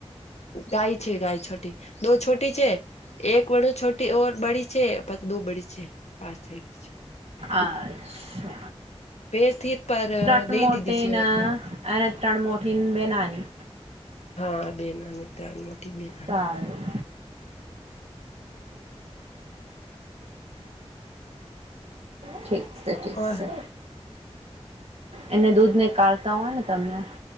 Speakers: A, on the left; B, on the right.
A: ગાય છે ગાય છોટી દો છોટી છે એક વડ છોટી ઓર બડી છે પત દો બડી છે પાસ થઈ ગઈ છે
B: અચ્છા
A: બે સ્થિત પર
B: ત્રણ
A: દઈ
B: મોટે
A: દીધી છે
B: ના
A: એમને
B: ટ્રણ મોઠિન બે નાની
A: હા બે નાની ત્રણ મોટી બે નાની
B: સારું
A: હમ
B: ઠીક છે ઠીક
A: ઓર
B: છે એને દૂધ ને કાઢતા હોય ને તમને